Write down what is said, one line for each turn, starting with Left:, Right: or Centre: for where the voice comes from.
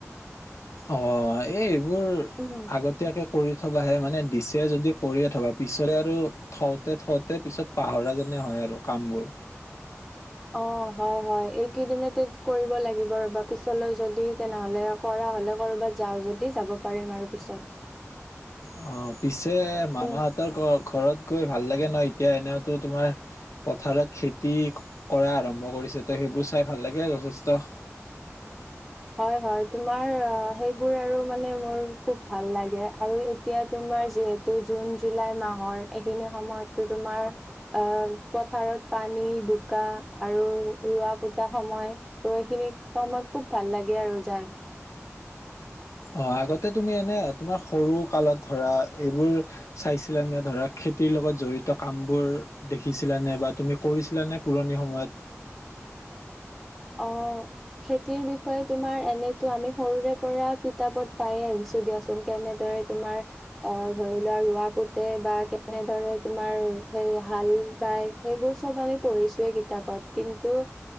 Left: অঁ, এই এইবোৰ
Centre: উম
Left: আগত তিয়াকে কৰি থবাহে', মানে দিছে যদি কৰি থবা পিছলৈ আৰু থওঁতে থওঁতে পিছত পাহৰা যেনে হয় আৰু কাম বোৰ।
Centre: অ', হয় হয়। এইকেইদিনতে লাগিব ৰ'বা, পিছলৈ যদি তেনেহ'লে কৰা হ'লে ক'ৰবাত যাওঁ যদি যাব পাৰিম আৰু পিছত।
Left: অ', পিছে মামাহঁতৰ
Centre: উম
Left: ঘৰত গৈ ভাল লাগে ন, এতিয়া এনেওতো তোমাৰ পথাৰত খেতি কৰা আৰম্ভ কৰিছে, ত সেইবোৰ চাই ভাল লাগে যথেষ্ট।
Centre: হয় হয়, তোমাৰ সেইবোৰ আৰু মানে মোৰ খুব ভাল লাগে আৰু এত- তিয়া তোমাৰ যিহেতু জুন জুলাই মাহৰ এইখিনি সময়ততো তোমাৰ- আহ পথাৰত পানী বোকা আৰু ৰোৱা কোতা সময়- ত' এইখিনি সময়ত খুব ভাল লাগে আৰু যাই।
Left: অহা আগতে তুমি এনেই তোমাৰ সৰু কালত ধৰা এইবোৰ- চাইছিলা নে ধৰা খেতিৰ লগত জৰিত কাম বোৰ দেখিছিলা নে বা তুমি- কৰিছিলানে পুৰণি সময়ত?
Centre: অঁ' খেতিৰ বিষয়ে তোমাৰ এনেইতো আমি সৰুৰে পৰা কিতাপত পাই আহিছো দিয়াচোন কেনেদৰে- তোমাৰ- অ ধৰি লোৱা ৰোৱা পোতে বা কেনেদৰে তোমাৰ সেই হাল বাই- সেইবোৰ চব আমি পঢ়িছোৱেই কিতাপত, কিন্তু-